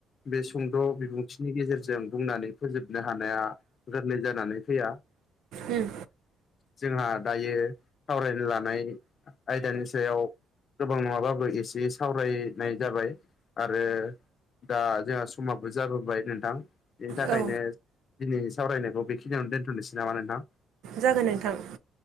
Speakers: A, on the left; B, on the right.
A: बे सुंद' बिबुंथिनि गेजेरजों बुंनानै फोजोबनो हानाया गोरलै जानानै फैया
B: ओम।
A: जोंहा दायो सावरायनो लानाय आयदानि सायाव गोबां नङाबाबो एसे सावरायनाय जाबाय आरो दा जोंहा समाबो जाबोबाय नोंथां बेनि थाखायनो
B: औ
A: दिनै सावरायनायखौ बेखिनियावनो दोन्थ'नोसै नामा नोंथां
B: जागोन नोंथां।